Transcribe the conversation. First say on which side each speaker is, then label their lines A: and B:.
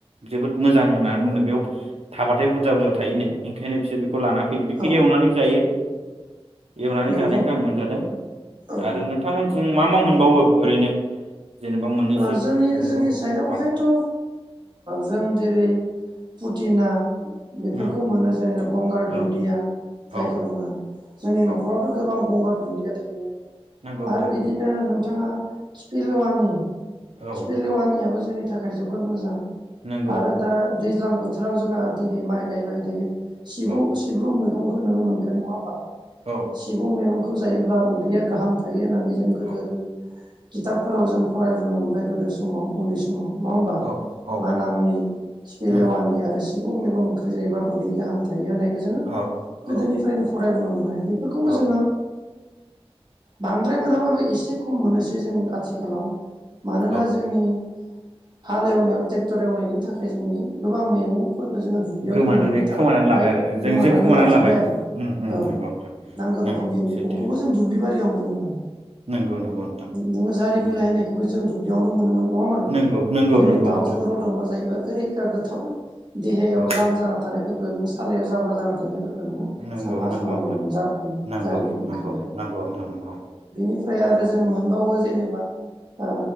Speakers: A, on the right (about 80°); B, on the right (about 45°).
A: जोबोद मोजां होननानै बुङो बेयाव थाबाथाय बुरजा बुरजा थायोनो ओंखायनो बिसोर बेखौ लाना फैयो। ए
B: औ
A: एवनानै जायो। एवनानै
B: नंगौ
A: जानायखौ आं मोनजादों
B: औ
A: आरो नोंथांमोन जों मा मा मोनबावो ओरैनो जेनेबा मोननैसो
B: ओ‌ जोंनि
A: मैगं
B: जोंनि साइदावहायथ'
A: बां
B: ओ जों जेरै फुटिना बेफोरखौ
A: उम
B: मोनो जेन गंगार दुन्दिया
A: औ औ
B: जायखौ बुङो जोंनि
A: औ
B: न'खरावथ' गोबां गंगार दुन इया थायो।
A: नंगौ नोंथां
B: आरो बिदिनो नों थाङा खिफि लेवानि
A: औ
B: खिफि लेवानियाबो जोंनि थाखाय जोबोर मोजां।
A: नंगौ
B: आरो दा दैज्लां बोथ थोराव जोंहा दिनै माइ गायबाय दायो। सिबु
A: औ
B: सिब्रु मोन गंखौ नोङो मोनगोन नङा होमबा?
A: औ
B: सिबुं मेगं खौ जायोब्ला उदैया गाहाम थायो होनना माने जों गोदोनि
A: औ
B: खिथाबफोराव जों फरायबोनो मोनबाय गोदो स समाव उन्दै समाव नङा होमबा
A: औ औ
B: माना मुनि खिफलेवानि
A: उम
B: आरो सिबुं मेगं ओंख्रि जायोबा उदै गाहाम थायो होनाय जोङो
A: औ
B: गोदोनिफ्रायनो
A: औ
B: फरायबोनो मोननाय बेफोरखौबो
A: औ
B: जोङो बांद्राय मोनाबाबो एसे खम मोनोसै जों आथिखालाव। मानोना
A: औ
B: जोंनि हाल एवनायाव ट्रेक्टर एवनायनि थाखाय जोंनि गोबां मेगं फोरखौ जोङो दुब्लियाव
A: गोमानानै
B: जों मोननो थाङा।
A: खोमानानै लाबाय
B: जाय
A: आरो जों
B: गोमानानै
A: जों खोमानानै
B: लाजोबबाय
A: लाबाय
B: आरो
A: उम उम
B: औ
A: नंगौ नोंथां
B: नांगौ
A: नंगौ
B: रोखोमनि मैगंखौबो
A: सैथो
B: जों दुब्लि बारियाव मोनोमोन
A: नंगौ नंगौ नोंथां
B: नोङो जारि
A: नंगौ
B: बिलाय होनायखौ दुब्लियावनो मोनोमोन नङा होमबा नोंथां
A: नंगौ नंगौ
B: जेरै
A: नंगौ
B: दाउजों
A: नोंथां
B: रद'मा जायोबा रैखा गोथाव देहायाव
A: औ
B: जाम जाना थानायफोरखौ गोर सालायाव जाब्रा जाना थानाय फोरखौ
A: नंगौ
B: साफा
A: नंगौ
B: खालामो
A: नोंथां
B: जारियो
A: नंगौ
B: जारि ओंख्रिया
A: नंगौ नंगौ नोंथां नंगौ
B: बेनिफ्राय
A: नंगौ
B: आरो जों मोनबावो जेनेबा ओ